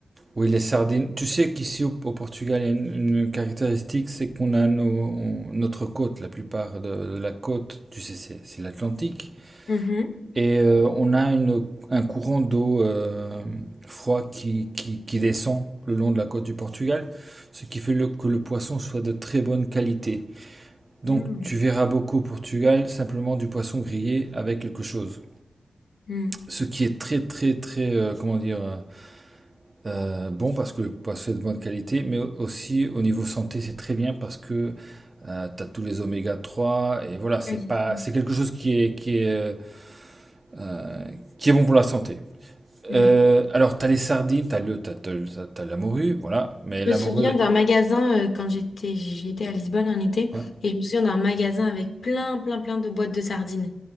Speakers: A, on the right; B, on the left.
A: oui, les sardines. Tu sais qu'ici au, au Portugal, il y a une, une caractéristique, c'est qu'on a nos- on- notre côte, la plupart de, de la côte, tu sais, c'est c'est l'Atlantique.
B: Mhm.
A: Et euh, on a une, un courant d'eau euh, froid qui, qui, qui descend le long de la côte du Portugal, ce qui fait le- que le poisson soit de très bonne qualité. Donc
B: Mm.
A: tu verras beaucoup au Portugal simplement du poisson grillé avec quelque chose.
B: Mm.
A: Ce qui est très très très, euh, comment dire, euh, euh, bon parce que le poisson est de bonne qualité, mais aussi au niveau santé c'est très bien parce que tu as tous les oméga 3 et voilà, c'est
B: Ouais, c'est
A: pas,
B: sûr.
A: c'est quelque chose qui est, qui est, euh, euh, qui est bon pour la santé.
B: Ouais.
A: Euh, alors, t'as les sardines, t'as le, t'as, t'as- t'as- t'as la morue, voilà. Mais la
B: Je me souviens
A: morue.
B: d'un magasin euh, quand j'étais j'étais à Lisbonne en été
A: hein.
B: et je me souviens d'un magasin avec plein plein plein de boîtes de sardines